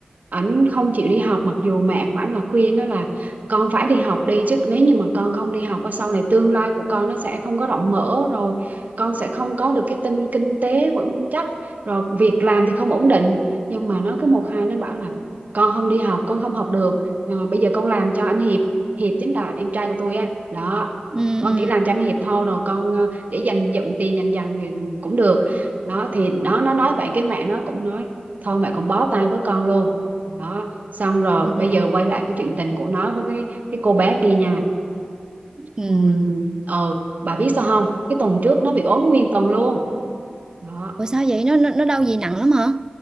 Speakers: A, on the right; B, on the right.
A: ảnh không chịu đi học mặc dù mẹ của ảnh là khuyên đó là con phải đi học đi chứ nếu như mà con không đi học á, sau này tương lai của con nó sẽ không có rộng mở rồi con sẽ không có được cái tinh kinh tế vững chắc rồi việc làm thì không ổn định nhưng mà nó cứ một hai nó bảo là con không đi học con không học được Ờ, bây giờ con làm cho anh Hiệp Hiệp chính là em trai của tôi á đó
B: Ừ
A: con
B: ừ
A: chỉ làm cho anh Hiệp thôi rồi con ờ, để dành dụm tiền dần dần thì cũng được đó thì đó nó nói vậy cái mẹ nó cũng nói thôi mẹ cũng bó tay với con luôn đó xong rồi
B: ừ.
A: bây giờ quay lại cái chuyện tình của nó với cái cái cô bé kia nha
B: ừ.
A: Ừm, ờ bà biết sao không cái tuần trước nó bị ốm nguyên tuần luôn đó
B: Ủa sao vậy? Nó nó, nó đau gì nặng lắm hả?